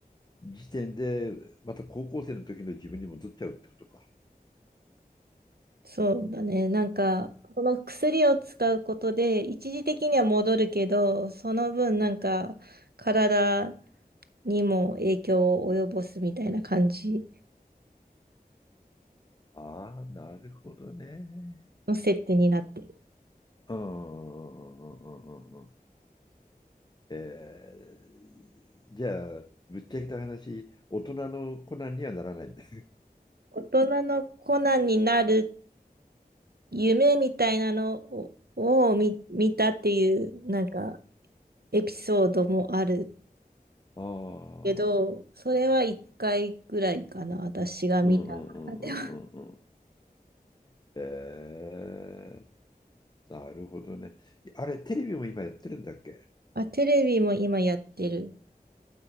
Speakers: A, on the left; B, on the right.
A: 時点でまた高校生の時の自分に戻っちゃうってことか。
B: そうだね、なんかこの薬を使うことで一時的には戻るけど、その分なんか体にも影響を及ぼすみたいな感じ
A: ああ、なるほどね。
B: の設定になってる。
A: うんうんうんうんうんうん。えー、じゃあぶっちゃけた話、大人のコナンにはならないんだ。
B: 大人のコナンになる夢みたいなのを、を見、見たっていうなんかエピソードもある
A: ああ、
B: けど、それは一回ぐらいかな、私が見た。
A: うんうんうんうんうん。
B: あ、でも
A: えー、なるほどね。あれ、テレビも今やってるんだっけ
B: <laughs> あ、テレビも今やってる。